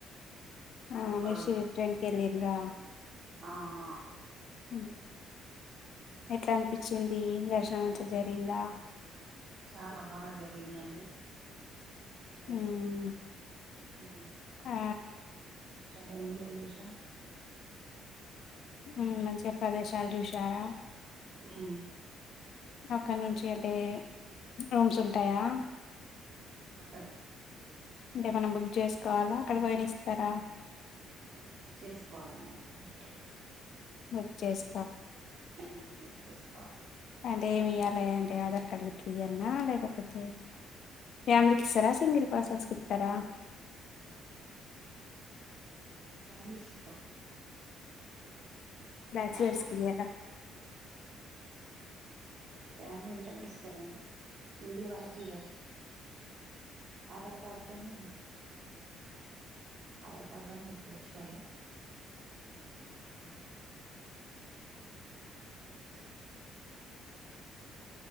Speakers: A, on the left; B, on the right.
A: ఆ
B: ఒక
A: మేషి
B: రోజు
A: ట్రైన్ కెళ్లిండ్రా
B: ఆ హ
A: ఉం ఎట్లా అనిపించింది దర్శనం మంచిగ జరిగిందా
B: చాలా బాగా జరిగిందండి వైస్
A: ఉమ్
B: అవునా
A: ఆ
B: చాలా ఎంజాయ్ చేసాం
A: ఉం మంచిగా ప్రదేశాలు చూసారా
B: ఉం
A: అక్కడ నుంచి అంటే రూమ్స్ ఉంటాయా
B: ఉంటయి
A: అంటే మనం బుక్ చేసుకోవాలా అక్కడ పోయిన ఇస్తారా
B: చేసుకోవాలే మనం ఫస్ట్
A: బుక్ చేేస్
B: ఆ చేసుకోవాలే
A: అంటే ఏమి ఇయ్యాలే అంటే ఆధార్ కార్డ్ గిట్లియన్నా లేకపోతే ఫ్యామిలీకి ఇస్తారా సింగిల్ పర్సన్స్కి ఇత్తరా
B: ఫ్యామిలీకి ఇస్తాం
A: బ్యాచిలర్స్
B: ఫస్ట్ పోసుకో
A: కి ఇయ్యారా
B: ఫ్యామిలీ ఉంటేనే ఇస్తారండి సింగిల్ వాళ్ళకి ఇయ్యరు ఆధార్ కార్డ్ తోని ఆధార్ కార్డ్ తోని బుక్ చేసుకోవాలే